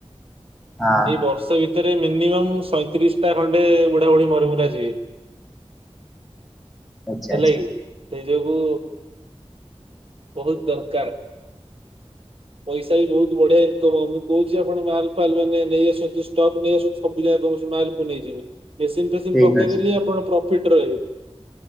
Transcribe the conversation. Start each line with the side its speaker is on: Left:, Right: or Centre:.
Centre: ହଁ
Right: ଏଇ ବର୍ଷ ଭି ତରେ ମିନିମମ୍ ସଇଁତିରିଶଟା ଖଣ୍ଡେ ବୁଢା ବୁଢୀ ମରି ମୁରା ଯିବେ।
Centre: ଆଚ୍ଛା
Right: ହେଲେ
Centre: ଆଚ୍ଛା
Right: କି ସେଇ ଯୋଗୁ ବୋହୁତ ଦରକାର। ପଇସା ବି ବୋହୁତ ବଢିଆ ଇନକମ୍ ହବ। ମୁଁ କୋହୁଚି ଆପଣ ମାଲ୍ ଫାଲ୍ ମାନେ ନେଇ ଆସନ୍ତୁ ଷ୍ଟକ ନେଇ ଆସ ସବୁ ଯାକ <unintelligible> ମାଲ୍ ମୁଁ ନେଇଯିବି। ମେସିନ୍ ଫେସିନ୍
Centre: ଠିକ
Right: ପକେଇଦେଲି
Centre: ଅଛି
Right: ଆପଣ ପ୍ରଫିଟ୍ ରହିବେ।